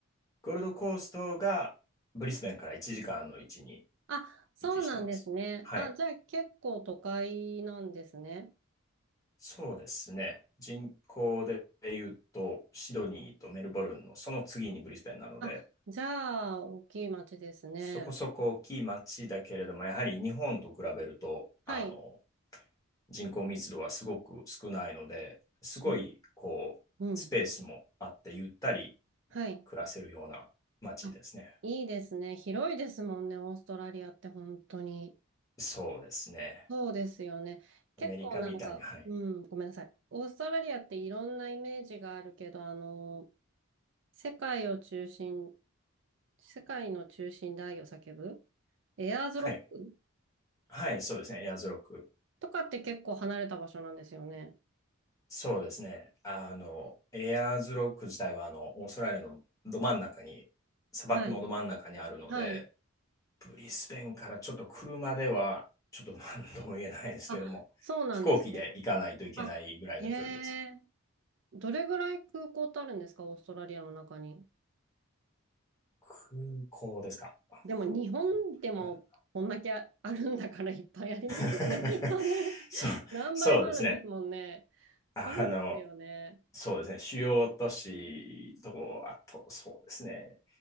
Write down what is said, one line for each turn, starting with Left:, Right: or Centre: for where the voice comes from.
Left: ゴールドコーストがブリスベンから1時間の位置に
Right: あ、そうなんですね。
Left: 位置してます。はい。
Right: あ、じゃあ結構都会なんですね。
Left: そうですね。人口で言うと、シドニーとメルボルンのその次にブリスベンなので、
Right: あ、じゃあ大きい町ですね。
Left: そこそこ大きい町だけれども、やはり日本と比べると、
Right: はい。
Left: あの、人口密度はすごく少ないので、すごいこう、
Right: 広、うん。
Left: スペースもあって、ゆったり
Right: はい。
Left: 暮らせるような街ですね。
Right: あ、いいですね。広いですもんね、オーストラリアって本当に。
Left: そうですね。
Right: そうですよね。結構なんか、
Left: アメリカみたいに、はい。
Right: うん、ごめんなさい。オーストラリアっていろんなイメージがあるけど、あの、世界を中心、世界の中心で愛を叫ぶエアーズロック
Left: はい。はい、そうですね。エアーズロック。
Right: とかって結構離れた場所なんですよね。
Left: そうですね。あの、エアーズロック自体は、あの、オーストラリアのど真ん中に、砂漠のど真ん中にあるので、
Right: はい。はい。
Left: ブリスベンからちょっと車では、ちょっと何とも言えないですけども、
Right: あ、そうなんですね。
Left: 飛行機で行かないといけないぐらいの距離です。
Right: あ、へえ。どれぐらい空港ってあるんですか、オーストラリアの中に。
Left: 空港ですか。あ空港だれら
Right: でも日本でもこんだけあるんだからいっぱいありますよね、
Left: <laughs>
Right: <laughs> きっとね。
Left: そう、
Right: <laughs> 何倍もあるんですもんね。
Left: そうですね。
Right: そうですよね。
Left: あの、そうですね、主要都市と、あと、そうですね。